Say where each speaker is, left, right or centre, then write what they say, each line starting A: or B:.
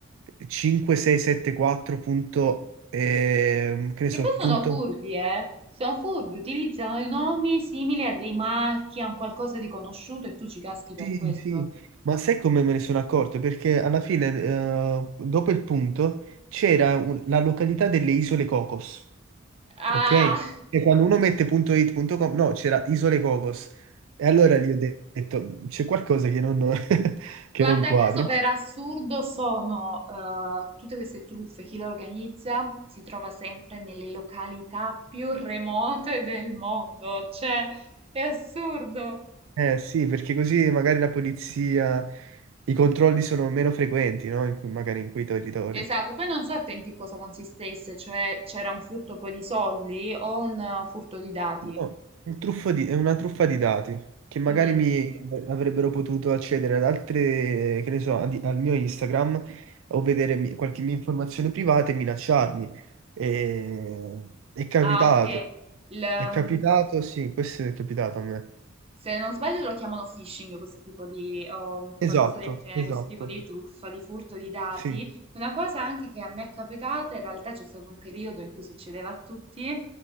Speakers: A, on the right; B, on the right.
A: 5674. punto, ehm, che ne
B: Che
A: so,
B: poi sono
A: punto
B: furbi, eh? Sono furbi, utilizzano i nomi simili a dei marchi, a un qualcosa di conosciuto e tu ci caschi per
A: Sì,
B: questo.
A: sì, ma sai come me ne sono accorto? Perché alla fine, eh, dopo il punto, c'era un- la località delle Isole Cocos,
B: Ah!
A: ok? E quando uno mette punto .it, punto .com, no, c'era Isole Cocos. E allora gli ho detto, c'è qualcosa che non, <laughs> che
B: Guarda
A: non quadri.
B: caso, per assurdo sono eh, tutte queste truffe, chi le organizza si trova sempre nelle località più remote del mondo, cioè è assurdo.
A: Eh sì, perché così magari la polizia, i controlli sono meno frequenti, no? In cui- magari in quei territori.
B: Esatto, poi non so a te in che cosa consistesse, cioè c'era un furto poi di soldi o un eh, furto di dati.
A: No, un truffo di- è una truffa di dati che magari
B: Mm.
A: mi avrebbero potuto accedere ad altre, che ne so, ad- al mio Instagram o vedere mi- qualche mia informazione privata e minacciarmi. E- È capitato,
B: Ah, ok. Il, mm,
A: è capitato, sì, questo è capitato a me.
B: Se non sbaglio lo chiamano phishing, questo tipo di, o
A: Esatto,
B: qualcosa del genere,
A: esatto,
B: questo tipo di truffa, di furto di dati.
A: sì.
B: Una cosa anche che a me è capitata, in realtà c'è stato un periodo in cui succedeva a tutti,